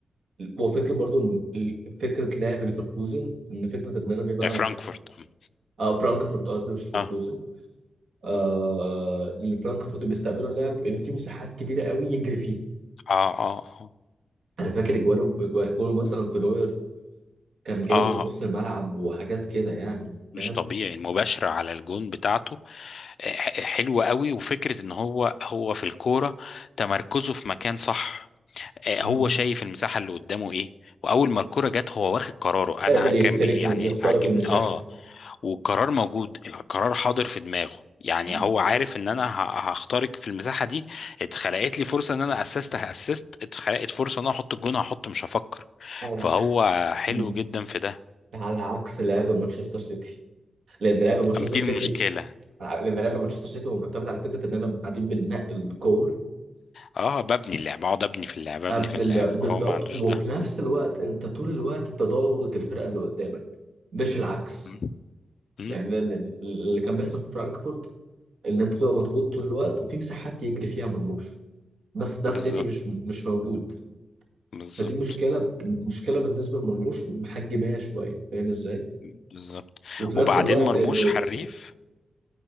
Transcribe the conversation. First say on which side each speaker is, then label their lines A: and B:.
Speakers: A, on the right; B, on the left.
A: هو فكره برضو ان فكره لعب ليفركوزن ان فكره ان انا بيبقى
B: آه، فرانكفورت مم.
A: اه فرانكفورت قصدي مش ليفركوزن
B: اه
A: آه اللي فرانكفورت بيستقبلوا اللعب ان في مساحات كبيره قوي يجري فيها
B: اه اه اه
A: انا فاكر جوانه جوانه مثلا في نوير كان جايبه
B: اه
A: من نص الملعب وحاجات كده يعني
B: مش
A: فاهم
B: طبيعي المباشرة على الجون بتاعته آه، ح- حلوة قوي وفكرة ان هو هو في الكورة تمركزه في مكان صح آه،
A: مم.
B: هو شايف المساحة اللي قدامه ايه واول ما الكورة جت هو واخد قراره
A: قادر
B: انا كان
A: يخترق
B: بي يعني
A: يخترق
B: عجبني
A: المساحه
B: اه والقرار موجود القرار حاضر في دماغه يعني
A: مم.
B: هو عارف ان انا ه- هخترق في المساحة دي اتخلقت لي فرصة ان انا اسست هاسست اتخلقت فرصة ان انا احط الجون هحط مش هفكر
A: على
B: فهو
A: عكس
B: حلو
A: مم.
B: جدا في ده
A: على عكس لعب مانشستر سيتي لان لعب مانشستر
B: أما دي
A: سيتي
B: المشكلة
A: لان لعب مانشستر سيتي هو معتمد على فكره اننا قاعدين بننقي الكور
B: اه ببني اللعبة اقعد ابني في اللعبة
A: قبل
B: ابني في اللعبة
A: اللعب
B: فهو
A: بالظبط
B: ما عندوش
A: وفي
B: ده
A: نفس الوقت انت طول الوقت انت ضاغط الفرقه اللي قدامك مش العكس
B: مم. مم.
A: يعني لأن اللي كان بيحصل في فرانكفورت ان انت تبقى مضغوط طول الوقت وفي مساحات يجري فيها مرموش بس ده
B: بالظبط
A: في سيتي مش مش موجود
B: بالظبط
A: فدي مشكله مشكله بالنسبه لمرموش محجماها شويه فاهم ازاي
B: بالظبط
A: وفي
B: وبعدين
A: نفس الوقت
B: مرموش
A: انه
B: حريف